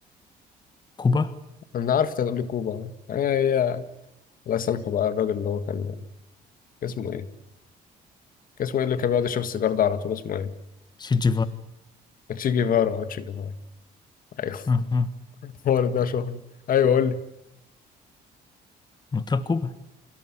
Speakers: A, on the left (about 25°); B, on the left (about 55°).
A: كوبا
B: انا عارف انت هتقول لي كوبا هي هي الله يسامحه بقى الراجل اللي هو كان اسمه ايه كان اسمه ايه اللي كان بيقعد يشرب السيجار ده على طول اسمه ايه
A: شيت
B: تشي جيفارا تشي جيفارا ايوه
A: أها.
B: <laughs> هو اللي ده شهرة ايوه قول لي
A: مترقبة